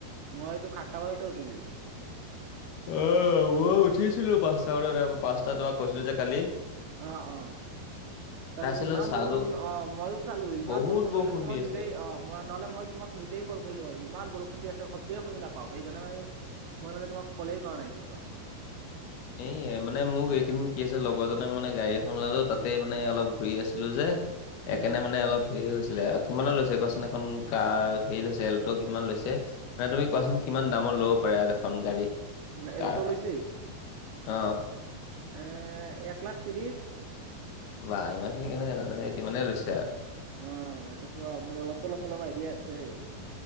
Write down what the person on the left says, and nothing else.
অ মই উঠিছিলো পাঁচটা বজাতে পাঁচটা তোমাক কৈছিলো যে কালি।
তাৰপিছলৈ
চালো
বহুত
দি
আছে।
এই মানে মোক এইদিন কি আছে লগৰজনে মানে গাড়ী এখন ওলালো তাতেই মানে অলপ ঘূৰি আছিলো যে। একানে
মানে অলপ হেৰি হৈছিলে আও। কিমানৰ লৈছে কোৱাচোন এখন কাৰ হেৰি লৈছে এলটো কিমান লৈছে মানে তুমি কোৱাচোন কিমান দামৰ ল'ব পাৰে এয়াত এখন গাড়ী?
কাৰ
এখন
অ।
বাহ ইমান খিনি কেনেকে জানা সেই তিমানে লৈছে আও।